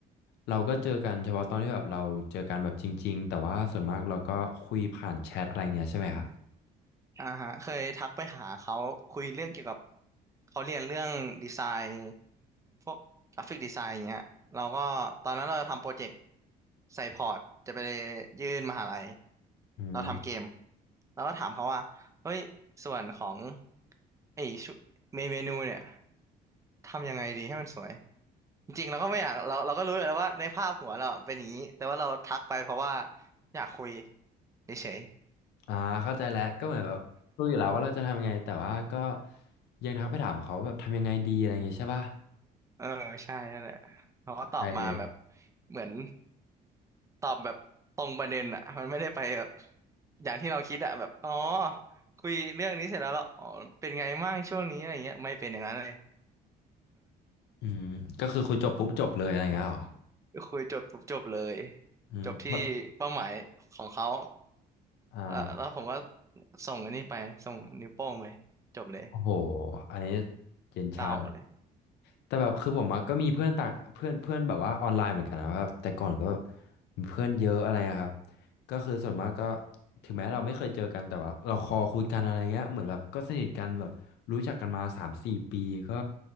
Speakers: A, on the left (about 80°); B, on the right (about 20°).
A: เราก็เจอกันเฉพาะตอนที่แบบเราเจอกันแบบจริงๆแต่ว่าส่วนมากเราก็คุยผ่านแชทอะไรเงี้ยใช่ไหมครับ
B: อ่าฮะเคยทักไปหาเขาคุยเรื่องเกี่ยวกับเขาเรียนเรื่องดีไซน์พวกกราฟิกดีไซน์อย่างเงี้ยเราก็ตอนนั้นเราทำโปรเจกต์ใส่พอร์ตจะไปยื่นมหาลัย
A: อืม
B: เราทำเกมแล้วก็ถามเขาว่าเฮ้ยส่วนของไอ้ชุเมนเมนูเนี่ยทำยังไงดีให้มันสวยจริงๆเราก็ไม่อยากเราเราก็รู้อยู่แล้วว่าในภาพหัวเราอะเป็นอย่างนี้แต่ว่าเราทักไปเพราะว่าอยากคุยเฉยๆ
A: อ่าเข้าใจแล้วก็เหมือนแบบรู้อยู่แล้วว่าเราจะทำยังไงแต่ว่าก็ยังทักไปถามเขาแบบทำยังไงดีอะไรเงงี้ยใช่ป่ะ
B: เออใช่นั่นแหละเขาก็ตอบมาแบบ
A: เข้าใจเลย
B: เหมือนตอบแบบตรงประเด็นอ่ะมันไม่ได้ไปแบบอย่างที่เราคิดอ่ะแบบอ๋อคุยเรื่องนี้เสร็จแล้วเหรออ๋อเป็นไงมั่งช่วงนี้อะไรเงี้ยไม่เป็นอย่างนั้นเลย
A: อืมก็คือคุยจบปุ๊บจบเลยอะไรเงี้ยเหรอ
B: <laughs> คุยจบปุ๊บจบเลย
A: อืม
B: จบที่เป้าหมายของเขา
A: อ่า
B: เออแล้วผมก็ส่งอันนี้ไปส่งนิ้วโป้งไปจบเลย
A: โอ้โหอันนี้เย็นชา
B: เศร้าเลย
A: แต่แบบคือผมอะก็มีเพื่อนต่างเพื่อนเพื่อนแบบว่าออนไลน์เหมือนกันนะแบบแต่ก่อนก็แบบมีเพื่อนเยอะอะไรอะครับก็คือส่วนมากก็ถึงแม้เราไม่เคยเจอกันแต่ว่าเราคอคุยกันอะไรเงี้ยเหมือนแบบก็สนิทกันแบบรู้จักกันมาสามสี่ปีก็